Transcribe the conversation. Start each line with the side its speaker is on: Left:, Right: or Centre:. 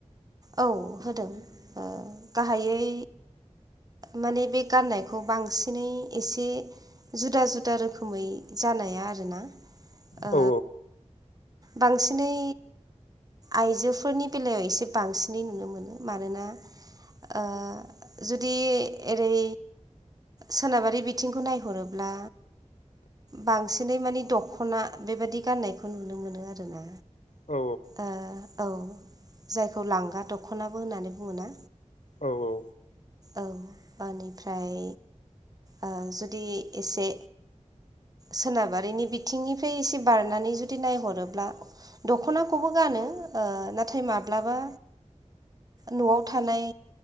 Right: औ होदों ओ गाहाइयै। माने बे गाननायखौ बांसिनै एसे। जुदा-जुदा रोखोमै जानाया आरोना ओ।
Left: औ
Right: बांसिनै आइजोफोरनि बेलायाव एसे। बांसिनै नुनो मोनो मानोना। ओ जुदि एरै। सोनाबारि बिथिंखौ नायहरोब्ला बांसिनै माने। दख'ना बेबायदि गान्नायखौ नुनो मोनो आरोना।
Left: औ
Right: ओ औ जायखौ लांगा दख'नाबो होननानै बुङो ना?
Left: औ-औ।
Right: औ बानिफ्राय ओ जुदि एसे। सोनाबारिनि बिथिंनिफ्राय एसे बारनानै जुदि नायहरोब्ला। दख'नाखौबो गानो ओ नाथाय माब्लाबा। न'आव थानाय।